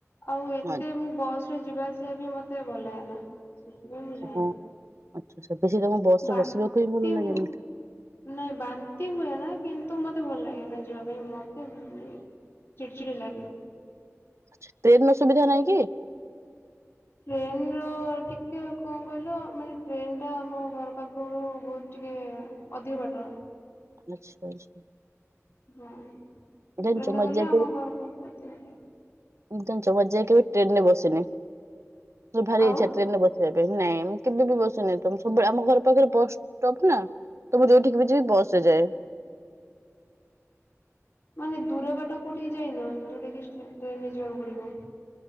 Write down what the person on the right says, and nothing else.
ହଁ
ହଁ ଆଚ୍ଛା ବେଶୀ ତମ ବସ ରେ
ବସିବାକୁ ହିଁ ଭଲ
ଲାଗେନି
ଟ୍ରେନ ନ ସୁବିଧା ନହିଁ।
ଆଚ୍ଛା।
ଜାଣିଛ ମଜା
ଏକଦମ ଜମା ଯାଇକି ଟ୍ରେନରେ ବସନି। ଭାରି
ଇଛା ଟ୍ରେନ ରେ ବସିବା ପାଇଁ, ନାଇଁ ମୁ କେବେ ବି ବସିନି ତ ସବୁବେଳେ ଆମ ଘର ପାଖରେ ବସ୍ ଷ୍ଟପ ନା। ତ ମୁ ଯେଉଁଠିକି ବି ଯିବି ବସରେ ଯାଏ।